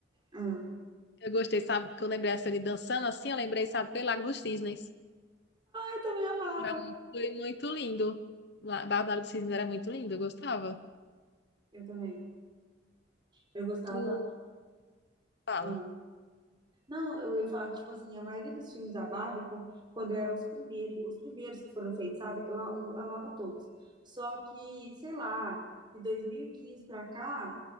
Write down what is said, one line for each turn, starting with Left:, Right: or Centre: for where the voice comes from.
Right: Ah,
Left: eu gostei, sabe, que eu lembrei essa de dançando assim, eu lembrei, sabe, foi Lago dos Cisnes.
Right: eu também amava.
Left: Era, mu- foi muito lindo. La- Barbie do Lago dos Cisnes era muito lindo, eu gostava.
Right: Eu também. Eu gostava.
Left: Tu fala,
Right: Ah, Não, eu ia falar que, tipo assim, a maioria dos filmes da Barbie, com- quando eram os primeiros, os primeiros que foram feitos, sabe? Eu, a- eu amava todos. Só que, sei lá, de 2015 pra cá,